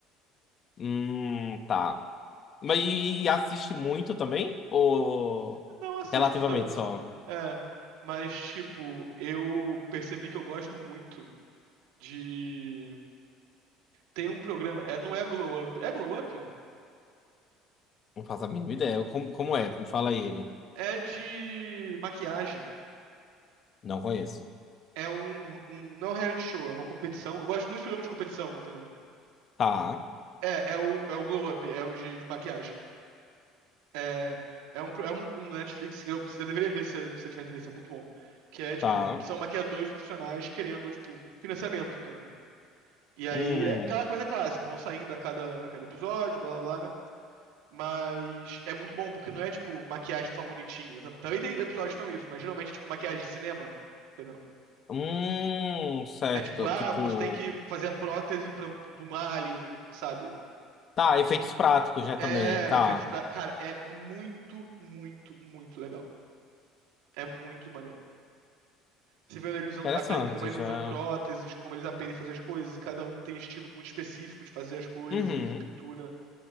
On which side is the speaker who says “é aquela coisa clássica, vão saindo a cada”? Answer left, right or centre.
Right